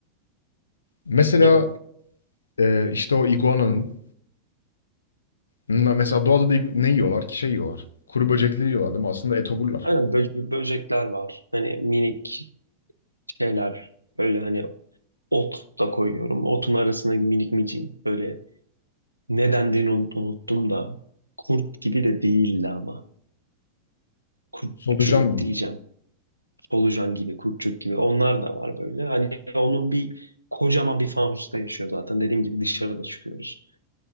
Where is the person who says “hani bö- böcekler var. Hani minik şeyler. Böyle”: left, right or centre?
Right